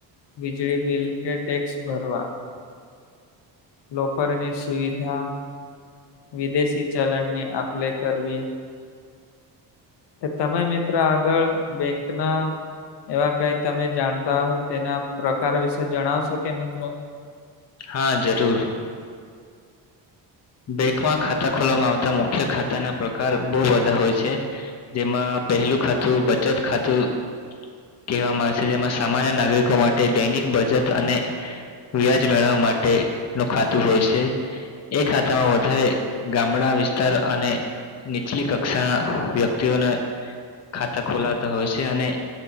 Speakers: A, on the left (about 70°); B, on the left (about 35°).
A: વીજળી બિલ કે ટેક્સ ભરવા લોકરની સુવિધા વિદેશી ચલણની આપ લે કરવી. કે તમે મિત્રો આગળ બેંકના એવા કઈ તમે જાણતા હો તેના પ્રકારો વિશે જણાવશો કે મિત્રો
B: હા જરૂર. બેંકમાં ખાતા ખોલવામાં આવતા મુખ્ય ખાતાના પ્રકાર બહુ બધા હોય છે. જેમાં પહેલું ખાતું બચત ખાતું કેવામાં આવે છે જેમા સામાન્ય નાગરિકો માટે દૈનિક બચત અને વ્યાજ મેળવવા માટેનું ખાતું હોય સે એ ખાતું કા વધારે ગામડા વિસ્તાર અને નીચલી કક્ષા વ્યક્તિઓને ખાતા ખોલાવતા હોય છે અને